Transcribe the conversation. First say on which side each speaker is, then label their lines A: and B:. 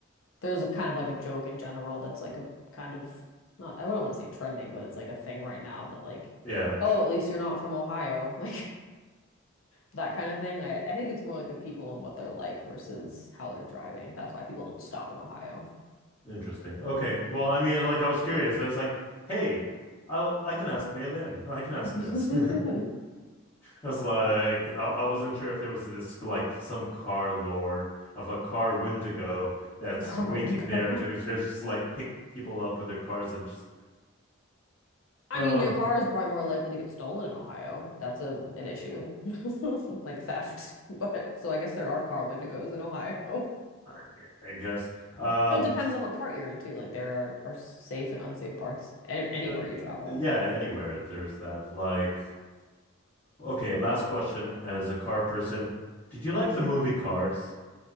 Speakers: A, on the left; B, on the left.
A: there's a kind of like a joke in general that's like a kind of not I wouldn't want to say trending, but it's like a thing right now that like,
B: yeah,
A: oh, at least you're not from Ohio. <laughs> Like that kind of thing. I, I think it's more like the people and what they're like versus how they're driving. That's why people don't stop in Ohio
B: interesting. Okay. Well, I mean, like I was curious. I was like, hey, I'll I can ask Mei Lin. <laughs> I can ask
A: <laughs>
B: this. <laughs> That's like I, I wasn't sure if there was this like some car lore of a car Wendigo that's
A: or
B: waiting
A: Wendigo.
B: there to just like pick people up with their cars and just
A: I
B: oh
A: mean, your car is probably more likely to get stolen in Ohio. That's a an issue, <laughs> like theft. But so I guess there are car Wendigos in Ohio. <laughs>
B: I mean, I guess. Um,
A: But it depends on what part you're into. Like there are, are safe and unsafe parts any, anywhere
B: there,
A: you travel.
B: yeah, anywhere there's that. Like, okay, last question as a car person. Did you like the movie Cars?